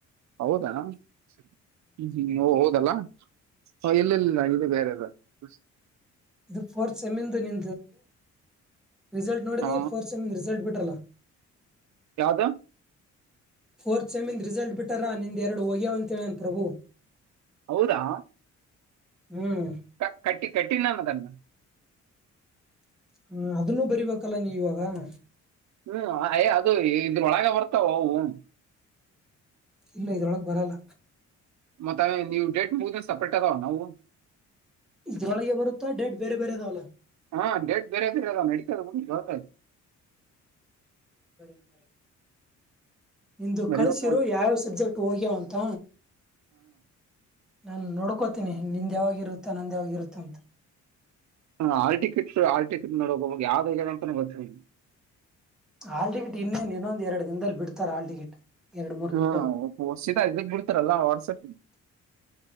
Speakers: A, on the right; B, in the centre.
A: ಹೌದಾ ಹ್ಮ್ ಹ್ಮ್ ಓ ಹೌದಲ್ಲ ಹ ಹ ಇಲ್ಲ ಇಲ್ಲ ನಾ ಇದು ಬೇರೆ ಅದ ಬಸ್
B: ಇದು ಫೋರ್ತ್ ಸೆಮಿ ನಿ ರಿಸಲ್ಟ್ ನೋಡಿದಿ
A: ಹ
B: ಫೋರ್ತ್ ಸೆಮ ರಿಸಲ್ಟ್ ಬಿಟ್ಟ ಕಲ <unintelligible>
A: ಯಾವದ
B: ಫೋರ್ತ್ ಸೆಮಿಂದ್ ರಿಸಲ್ಟ್ ಬಿಟ್ಟರಾ ನಿಂದ ಎರಡು ಹೋಗ್ಯಾವಂತೆ ಹೇಳ್ಯನ ಪ್ರಭು
A: ಹೌದಾ
B: ಹ್ಮ್
A: ಕ ಕಟ್ಟಿ ಕಟ್ಟ ನಾನ ಅದನ್
B: ಹ
A: ಹ್ಮ್ ಅಯ ಅದು ಇದ್ರೊಳಗ ಬರ್ತ <inaudible> ಹ <unintelligible>
B: ಇಲ್ಲ ಇದ್ರೊಳಗ್ ಬರಲ್ಲ
A: ಮತ್ತ ನೀವು ಡೇಟ್ ಮುಗಿದಿಂದ ಸಪ್ರೇಟ್ ಅಗಾವ ನಾವು
B: ಇದ್ರೊಳಗೆ ಬರುತ್ತಾ ಡೇಟ್ತ್ತ ಬೇರೆ ಬೇರೆ ಅದಾವಲ್ಲ
A: ಹಾ ಡೇಟ್ ಬೇರಾದರಲ್ಲ ನಡಿತಾದ ಬೀಡು <inaudible>
B: ಬರಿ ಮರಿ ಇಂದು
A: ಬರಿ
B: ಕಳಿಸಿರೋ
A: ಹಾ
B: ಯಾವ ಸಬ್ಜೆಕ್ಟ್ ಹೋಗ್ಯಾವ ಅಂತ ನಾನ್ ನೋಡ್ಕೋತೀನಿ ನಿಂದ ಯಾವಾಗ ಇರುತ್ತಾ ನಂದ ಯಾವಾಗ ಇರುತ್ತ ಅಂತ
A: ಹಾ ಹಾಲ್ ಟಿಕೆಟ್ ಆಲ್ ಟಿಕೆಟ್ ನೋಡ ಹೋಗಾಗ ಯಾವ್ದೇ ಜ ಬತ <unintelligible>
B: ಆಾ ಟಿಕೆಟ್ ಇನ್ನೇನ್ ಇನ್ನೊಂದು ಎರಡು ದಿನದಲ್ಲಿ ಬಿಡ್ತಾರೆ ಆಾ ಟಿಕೆಟ್ ಎರಡ್ ಮೂರ್ ದಿನದಾಗ
A: ಹಾ ಸೀದಾ ಇದಕ್ ಬಿಡ್ತಾರಲ್ಲ ವಾಟ್ಸಪ್